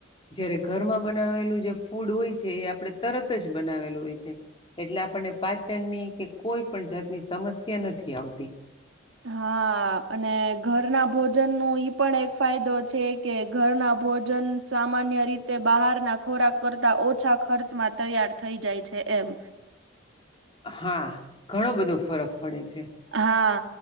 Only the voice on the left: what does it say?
જયારે ઘરમાં બનાવેલું જે ફૂડ હોય છે એ આપણે તરત જ બનાવેલું હોય છે એટલે આપણ પાચન ની કે કોઈ પણ જાતની સમસ્યા નથી આવતી.
હા ઘણો બધો ફરક. પડે છે.